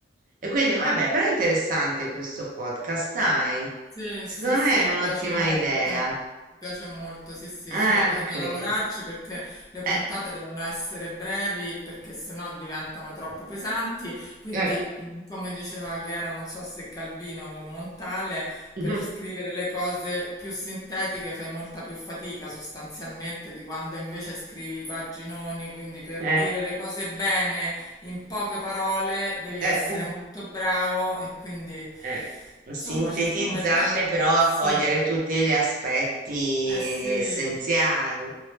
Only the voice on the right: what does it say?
E quindi, vabbè, però è interessante questo podcast, dai.
Secondo
me è
un'ottima
idea.
Ah,
lo credo.
Eh,
eh.
<laughs>
Eh,
eh.
eh.
Eh, sintetizzare
però accogliere
tutti gli aspetti
essenziali.